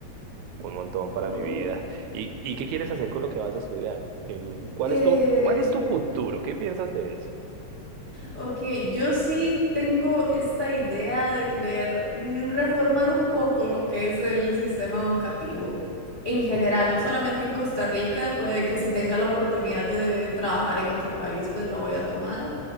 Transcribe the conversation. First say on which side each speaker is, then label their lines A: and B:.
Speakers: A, on the right; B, on the left.
A: un montón para
B: Ok.
A: mi vida. ¿Y, y qué quieres hacer con lo que vas a estudiar? Eh, ¿Cuál
B: Em,
A: es tu, cuál es tu futuro? ¿Qué piensas de eso?
B: Ok, yo sí tengo esta idea de querer mm, reformar un poco lo que es el sistema educativo en general,
A: Ujú,
B: no solamente en Costa Rica, puede que si tenga la oportunidad de trabajar en otro país, pues la voy a tomar.